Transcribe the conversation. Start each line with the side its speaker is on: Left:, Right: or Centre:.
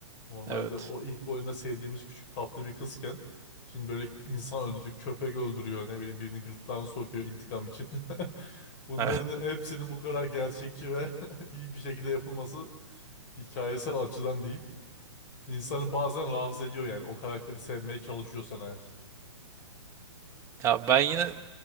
Left: Normalde
Right: Evet.
Left: o ilk oyunda sevdiğimiz küçük tatlı bir kızken şimdi böyle insan öldürdü, köpek öldürüyor, ne bileyim birini gırtlağına sokuyor intikam için. <laughs> Bunların
Right: <laughs> Evet.
Left: hepsinin bu kadar gerçekçi ve <laughs> iyi bir şekilde yapılması hikayesel açıdan diyeyim. insanı bazen rahatsız ediyor yani o karakteri sevmeye çalışıyorsan eğer.
Right: Ya ben yine